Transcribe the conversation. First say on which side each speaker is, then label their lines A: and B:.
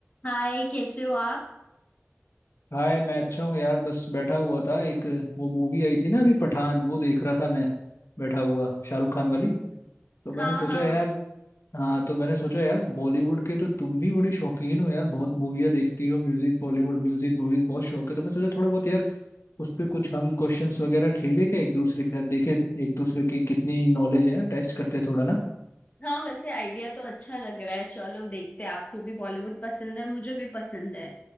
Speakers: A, on the left (about 35°); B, on the left (about 65°).
A: हाय कैसे हो आप
B: हाय मैं अच्छा हूँ यार बस बैठा हुआ था एक वो मूवी आई थी ना अभी पठान वो देख रहा था मैं बैठा हुआ शाहरुख खान वाली तो मैंने
A: हाँ
B: सोचा
A: हाँ
B: यार हाँ तो मैंने सोचा यार बॉलीवुड के तो तुम भी बड़ी शौकीन हो यार बहुत मूवियाँ देखती हो म्यूजिक बॉलीवुड म्यूजिक मूवीज बहुत शौक है तो मैं सोचा थोड़ा बहुत यार उस पर कुछ हम क्वेश्चंस वगैरह खेले क्या एक दूसरे के साथ देखे एक दूसरे की कितनी नॉलेज है टेस्ट करते थोड़ा ना
A: हाँ वैसे आइडिया तो अच्छा लग रहा है चलो देखते हैं आपको भी बॉलीवुड पसंद है मुझे भी पसंद है